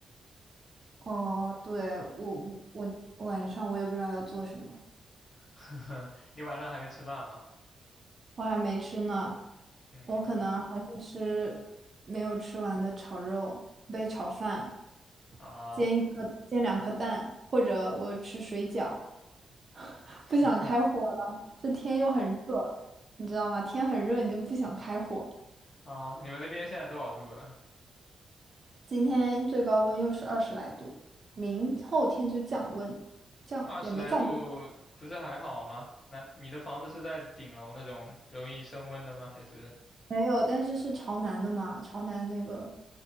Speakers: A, on the right; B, on the left.
A: 哦，对，我我我晚上我也不知道要做什么。
B: <laughs> 你晚上还没吃饭吗？
A: 我还没吃呢，
B: 嗯
A: 我可能还是吃没有吃完的炒肉，杯炒饭，
B: 啊
A: 煎一颗，煎两颗蛋，或者我吃水饺。<laughs>
B: <laughs>
A: 不想开火了，这天又很热，你知道吗？天很热，你就不想开火。
B: 啊，你们那边现在多少度了？
A: 今天最高温又是二十来度，明后天就降温，降也没降多少，
B: 二十来度不是还好吗？那你的房子是在顶楼那种容易升温的吗？还是
A: 没有，但是是朝南的嘛，朝南那个